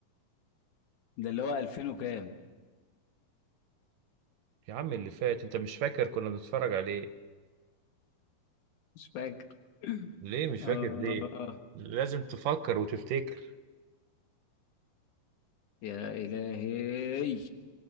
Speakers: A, on the left (about 65°); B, on the right (about 75°).
A: ده اللي هو 2000 وكام
B: يا عم اللي فات انت مش فاكر كنا بنتفرج عليه
A: مش فاكر <laughs>
B: ليه مش
A: آه
B: فاكر ليه لازم تفكر وتفتكر
A: يا إلهي